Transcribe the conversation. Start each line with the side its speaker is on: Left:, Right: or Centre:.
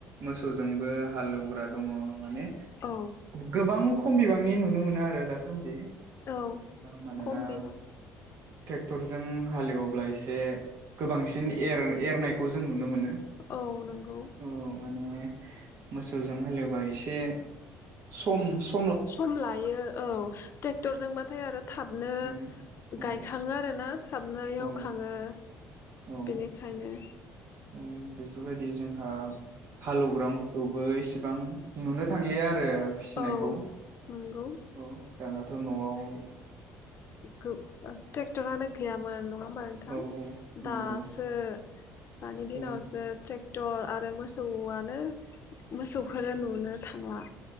Right: मोसौजोंबो हालेवग्रा दङ माने
Left: औ
Right: गोबां खमबिबां नि नुनो मोनो आरो दासान्दि
Left: औ
Right: मानोना
Left: खम बिबांनि
Right: ट्रेक्टरजों हालेवब्ला एसे गोबांसिन एर-एरनायखौ जों नुनो मोनो
Left: औ नंगौ
Right: औ माने मोसौजों हालेवबा एसे सम स
Left: सम लायो औ टेक्टरजोंबाथाय आरो थाबनो
Right: औ औ
Left: गायखाङो आरोना। थाबनो एवखाङो।
Right: औ औ
Left: बेनिखायनो।
Right: औ बेफोरबायदि जोंहा। हालौग्रा मो थेवबो इसिबां नुनो थांलिया आ रो फिसिनायखौ
Left: औ नंगौ
Right: औ दानाथ नआव।
Left: खौ ट्रेक्टार आनो गैयामोन नङा होनबा नोंथां
Right: औ औ नंगौ
Left: दासो दानि दिनावसो
Right: औ
Left: ट्रेक टर आरो मोसौआनो मोसौखौनो नुनो थांला।